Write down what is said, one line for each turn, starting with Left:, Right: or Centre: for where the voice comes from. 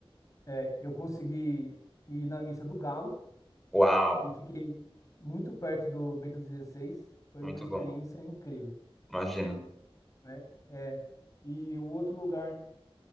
Left: é, eu consegui ir na Missa do Galo
Centre: Uau,
Left: e fiquei muito perto do Bento XVI. Foi
Centre: muito
Left: uma experiência
Centre: bom.
Left: incrível,
Centre: Imagino.
Left: né? É, e o outro lugar